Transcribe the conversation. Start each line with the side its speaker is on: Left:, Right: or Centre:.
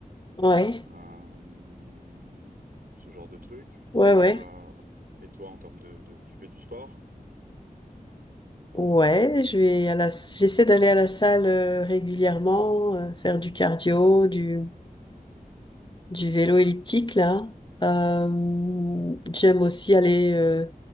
Left: Ouais,
Right: euh, ce genre de truc.
Left: ouais,
Right: Euh,
Left: ouais.
Right: et toi, en termes de, de- tu fais du sport
Left: Ouais, je vais à la, j'essaie d'aller à la salle euh, régulièrement, euh, faire du cardio, du, du vélo elliptique, là. Euh, j'aime aussi aller euh,